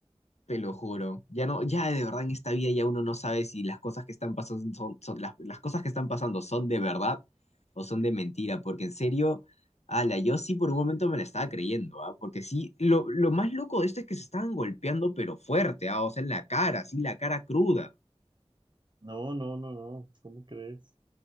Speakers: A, on the left (about 80°); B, on the right (about 45°).
A: Te lo juro. Ya no, ya de verdad en esta vida ya uno no sabe si las cosas que están pasando son, son- las, las cosas que están pasando son de verdad o son de mentira, porque en serio, ala, yo sí por un momento me la estaba creyendo, ¿ah? Porque sí, lo, lo más loco de esto es que se estaban golpeando, pero fuerte, ¿ah? O sea, en la cara, sí, la cara cruda.
B: No, no, no, no, ¿cómo crees?